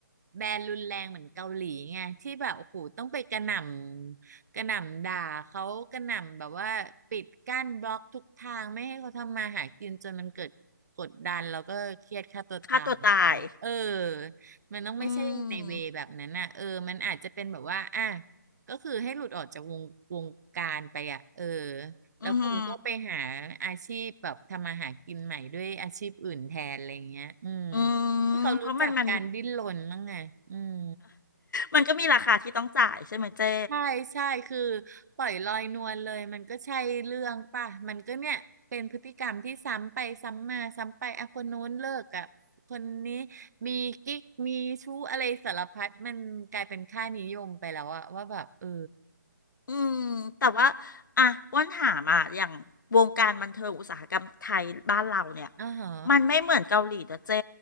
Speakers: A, on the right; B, on the left.
A: แบนรุนแรงเหมือนเกาหลีไงที่แบบโอ้โหต้องไปกระหน่ำกระหน่ำด่าเขากระหน่ำแบบว่าปิดกั้นบล็อกทุกทางไม่ให้เขาทำมาหากินจนมันเกิดกดดันแล้วก็เครียดฆ่าตัวตายอย่างเงี้ยเออ
B: ฆ่าตัวตาย
A: มันต้องไม่ใช่ในเวแบบนั้นอ่ะเออมันอาจจะเป็นแบบว่าอ่ะ
B: อืม
A: ก็คือให้หลุดออกจากวงวงการไปอ่ะเออ แล้วคุณก็ไปหาอาชีพแบบทำมาหากินใหม่ด้วยอาชีพอื่นแทนอะไรเงี้ยอืม
B: อือหืออืม
A: ให้เขารู้จักการดิ้นรนบ้างไงอืม
B: เพราะมันมัน <laughs> มันก็มีราคาที่ต้องจ่ายใช่ไหมเจ๊
A: ใช่ใช่คือปล่อยลอยนวลเลยมันก็ใช่เรื่องป่ะ มันก็เนี่ยเป็นพฤติกรรมที่ซ้ำไปซ้ำมาซ้ำไปอ่ะคนนู้นเลิกกับคนนี้มีกิ๊กมีชู้อะไรสารพัดมันกลายเป็นค่านิยมไปแล้วอะว่าแบบเออ
B: อืมแต่ว่าอ่ะอ้วนถามอ่ะอย่างวงการบันเทิงอุตสาหกรรมไทยบ้านเราเนี่ย
A: อ๋อฮะ
B: มันไม่เหมือนเกาหลีนะเจ๊